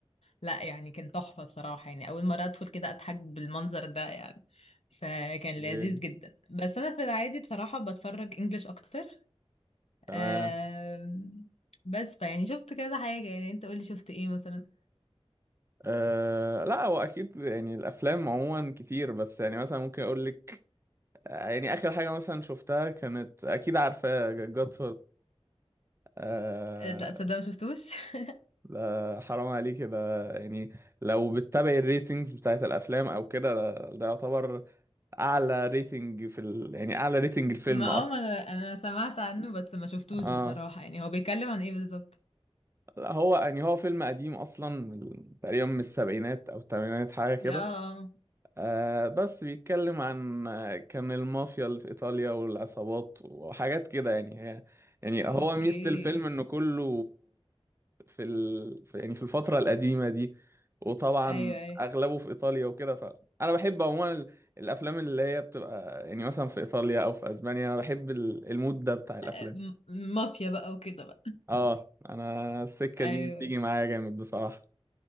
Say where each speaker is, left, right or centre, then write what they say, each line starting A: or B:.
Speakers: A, on the left; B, on the right.
A: لا يعني كان تحفة بصراحة يعني اول مرة ادخل كده اضحك بالمنظر ده يعني فكان لذيذ
B: اوكي
A: جدا بس انا في العادي بصراحة بتفرج انجليش اكتر
B: تمام
A: آم، بس فيعني شفت كذا حاجة يعني انت قولي شفت ايه مثلا
B: أه لا هو اكيد يعني الافلام عموما كتير بس يعني مثلا ممكن اقول لك آه، يعني اخر حاجة مثلا شفتها كانت اكيد عارفاه جاد فازر
A: آه، لا تصدق ما شفتوش <laughs>
B: ده حرام عليك ده يعني لو بتتابع الريتنجز بتاعت الافلام او كده ده, ده يعتبر اعلى ريتنج في ال... يعني اعلى ريتنج الفيلم
A: ما اه
B: اصلا
A: ما انا انا سمعت عنه بس ما شفتوش
B: اه
A: بصراحة يعني هو بيتكلم عن ايه بالظبط
B: لا هو يعني هو فيلم قديم اصلا من- تقريبا من السبعينات او الثمانينات حاجه كده
A: اه آه،
B: آه بس بيتكلم عن آه، كان المافيا اللي في ايطاليا والعصابات وحاجات كده يعني هي يعني
A: اوكي
B: هو ميزه الفيلم انه كله في ال... في يعني في الفترة القديمة دي وطبعا
A: ايوه ايوه
B: أغلبه في إيطاليا وكده فأنا بحب عموما ال- الأفلام اللي هي بتبقى يعني مثلا في إيطاليا أو في أسبانيا أنا بحب ال- المود ده بتاع الأفلام
A: آم، مافيا بقى وكده بقى
B: آه أنا السكة
A: ايوه
B: دي بتيجي معايا جامد بصراحة